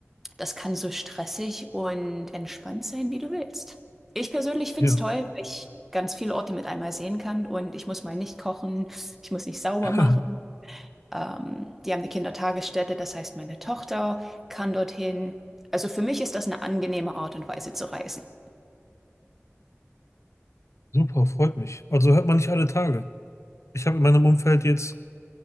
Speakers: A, in the centre; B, on the left.
A: das kann so stressig und entspannt sein, wie du willst. Ich persönlich finde
B: ja,
A: es toll, weil ich ganz viele Orte mit einmal sehen kann und ich muss mal nicht kochen, ich muss nicht sauber
B: <laughs>
A: machen. Ähm, die haben eine Kindertagesstätte, das heißt, meine Tochter kann dorthin. Also für mich ist das eine angenehme Art und Weise zu reisen.
B: super, freut mich. Also hört man nicht alle Tage. Ich habe in meinem Umfeld jetzt,